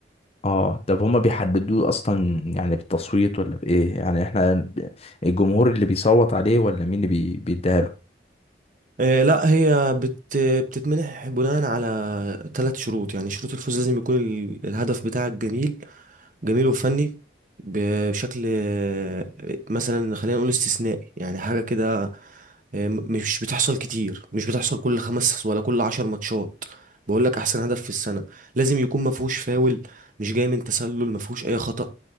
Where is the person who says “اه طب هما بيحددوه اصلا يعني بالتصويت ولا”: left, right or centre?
Left